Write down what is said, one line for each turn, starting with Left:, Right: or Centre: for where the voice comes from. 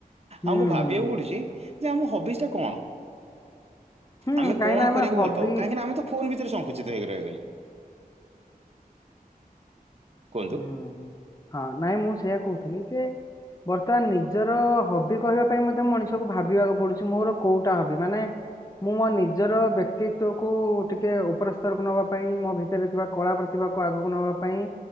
Left: ହୁଁ
Right: ଆମକୁ ଭାବିବାକୁ
Left: ହୁଁ
Right: ପଡ଼ୁଛି ଯେ ଆମ ହବିସ୍ ଟା କଣ?
Left: ହୁଁ
Right: ଆମେ
Left: କାହିଁକି
Right: କଣ
Left: ନା ଆମେ
Right: କରିବାକୁ
Left: ହବି
Right: ଭଲ ପାଉ କାହିଁକି ନା ଆମେ ତ ଫୋନ ଭିତରେ ସଙ୍କୁଚିତ ହେଇକି ରହିଗଲେ। କୁହନ୍ତୁ
Left: ହୁଁ ହଁ ନାଇଁ ମୁଁ ସେଇଆ କହୁଥିଲି ଯେ ବର୍ତ୍ତମାନ ନିଜର ହବି କହିବା ପାଇଁ ମଧ୍ୟ ମଣିଷକୁ ଭାବିବାକୁ ପଡୁଛି ମୋର କୋଉଟା ହବି ମାନେ ମୁଁ ମୋ ନିଜର ବ୍ୟକ୍ତିତକୁ ଟିକେ ଉପରସ୍ତରକୁ ନେବା ପାଇଁ ମୋ ଭିତରେ ଥିବା କଳା ପ୍ରତି ଆଗକୁ ନବା ପାଇଁ